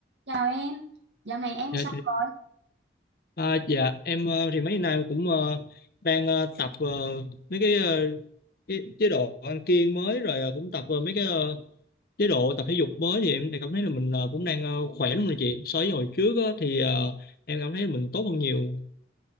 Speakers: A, on the right (about 80°); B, on the left (about 55°).
A: Chào em, dạo này em
B: Dạ,
A: sao
B: chị-
A: rồi?
B: à, dạ em ờ, thì mấy nay cũng ờ, đang ờ, tập ờ, mấy cái, ờ, cái chế độ ăn kiêng mới rồi ờ, cũng tập ờ, mấy cái ờ, chế độ tập thể dục mới thì em thì cảm thấy là mình ờ, cũng đang ờ, khỏe lắm rồi chị so với hồi trước á, thì ờ, em cảm thấy mình tốt hơn nhiều